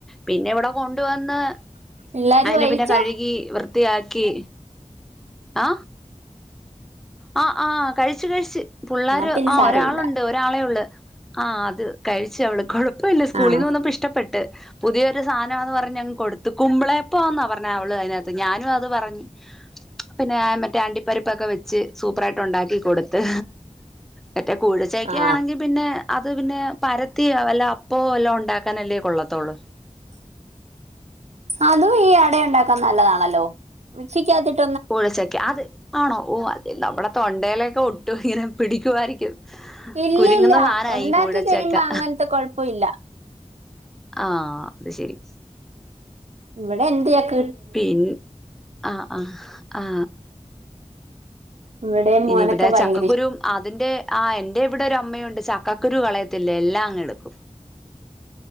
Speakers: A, in the centre; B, on the right.
A: പിന്നെ ഇവിടെ കൊണ്ടുവന്ന്
B: എല്ലാരും
A: അതിനെ
B: കഴിച്ചോ
A: പിന്നെ കഴുകി വൃത്തിയാക്കി ആ ആ ആ കഴിച്ചു കഴിച്ചു പിള്ളേർ
B: എന്നാ പിന്നെ
A: ആ
B: സാരമില്ല
A: ഒരാളുണ്ട് ഒരാളെ ഉള്ളു ആഹ അത് കഴിച്ചു അവള് കുഴപ്പമില്ല സ്കൂളിൽ
B: ആണോ
A: നിന്ന് വന്നപ്പോ ഇഷ്ടപ്പെട്ട് പുതിയൊ ഒരു സാധനാന്ന് പറഞ് കൊടുത്തക്കുമ്പളേപ്പോന്നാ പറഞ്ഞ അവള് അതിനകത്ത് ഞാനും അത് പറഞ്ഞ പിന്നെ മറ്റേ അണ്ടിപ്പരിപ്പൊക്കെ വെച്ച് സൂപ്പറായിട്ട് ഉണ്ടാക്കി കൊടുത്ത് മറ്റേ കൂഴിച്ചക്ക
B: ആ
A: ആണെങ്കിൽ പിന്നെ അത് പിന്നെ പരത്തി അല്ല അപ്പ എല്ലാം ഉണ്ടാക്കൻല്ലേ കൊള്ളത്തോളൂ
B: അതും ഈ അട ഉണ്ടാക്കാൻ നല്ലതാണല്ലോ വക്ഷിക്കാത്തിട്ട്
A: കുഴിച്ചക്കെ അത് ആണോ ഓ അത് നമ്മളെ തൊണ്ടയിലൊക്കെ ഒട്ടു ഇങ്ങനെ പിടിക്കായിരിക്കും
B: ഇല്ല
A: കുരുങ്ങുന്ന
B: ഇല്ല
A: സാനയി
B: ഉണ്ടാക്കി
A: കൂടച്ചക്കെ
B: കഴിയുമ്പോ അങ്ങനത്തെ കുഴപ്പമില്ല
A: ആ അത് ശെരി
B: ഇവിടെ എന്ത്യക്കെ
A: പിൻ ആ ആ ആ
B: ഇവിടെ മോനൊക്കെ
A: ഇനി ഇവിടെ
B: ഭയങ്കര
A: ചക്കക്കുരു
B: ഇഷ്
A: ആ ന്റെ ആ എന്റെവിടെ ഒരു അമ്മയുണ്ട് ചക്കക്കുരു കളയത്തില്ലേ എല്ലാം അങ്ങ് എടുക്കും